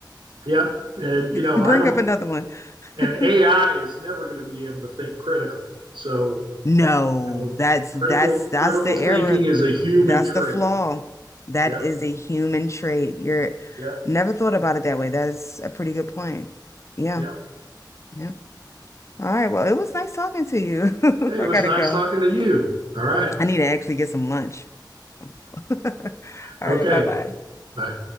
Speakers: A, on the right (about 80°); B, on the left (about 40°).
A: Yeah. And, you know,
B: Bring
A: I don't,
B: up another one.
A: and
B: <laughs>
A: AI is never going to be able to think critically. So,
B: No,
A: you know,
B: that's
A: critical,
B: that's that's
A: critical
B: the error.
A: thinking is a human
B: That's
A: trait.
B: the flaw. That
A: Yep.
B: is a human trait. You're
A: Yep.
B: never thought about it that way. That's a pretty good point. Yeah.
A: Yep.
B: Yeah. All right. Well, it was nice talking to you. <laughs>
A: Hey,
B: I
A: it was
B: gotta
A: nice
B: go.
A: talking to you. All right.
B: I need to actually get some lunch. <laughs> All right.
A: Okay.
B: Bye bye.
A: Bye.